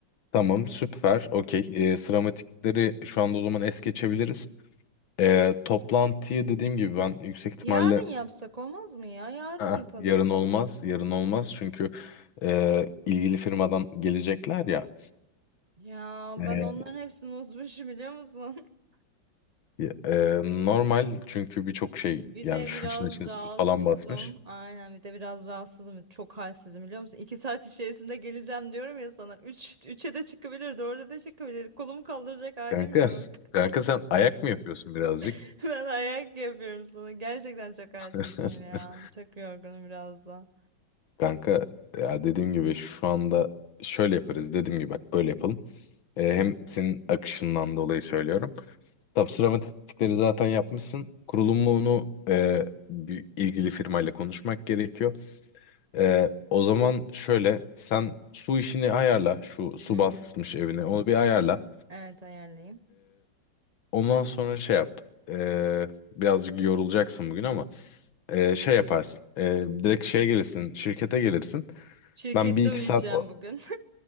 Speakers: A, on the left; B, on the right.
A: Tamam süper okey. E, sıramatikleri şu anda o zaman es geçebiliriz. E, toplantıyı dediğim gibi ben yüksek ihtimalle
B: Yarın yapsak olmaz mı ya? Yarın
A: "Ah,
B: yapalım.
A: yarın olmaz, yarın olmaz. Çünkü e, ilgili firmadan gelecekler ya.
B: Ya ben
A: E,
B: onların hepsini unutmuşum biliyor musun? <laughs>
A: Ya, e, normal çünkü birçok şey
B: Bir
A: yani
B: de
A: şu
B: biraz
A: işin içine
B: rahatsızım.
A: su falan basmış.
B: Aynen bir de biraz rahatsızım. Çok halsizim biliyor musun? İki saat içerisinde geleceğim diyorum ya sana. Üç, üçe de çıkabilir, dörde de çıkabilir. Kolumu kaldıracak halim
A: Kanka,
B: yok.
A: kanka sen ayak mı yapıyorsun birazcık?
B: <laughs> Ben ayak yapıyorum sana. Gerçekten çok halsizim
A: <laughs>
B: ya. Çok yorgunum biraz da.
A: Kanka ya dediğim gibi şu anda şöyle yaparız dediğim gibi bak böyle yapalım. E, hem senin akışından dolayı söylüyorum. Tam sıramatikleri zaten yapmışsın. Kurulumunu e, bir ilgili firmayla konuşmak gerekiyor. E, o zaman şöyle sen su işini ayarla şu su
B: Hı hı.
A: basmış evine onu bir ayarla.
B: Evet ayarlayayım.
A: Ondan sonra şey yap. Ee, birazcık yorulacaksın bugün ama ee, şey yaparsın. Ee, direkt şeye gelirsin, şirkete gelirsin.
B: Şirkette
A: Ben bir iki
B: uyuyacağım
A: saat o-
B: bugün. <laughs>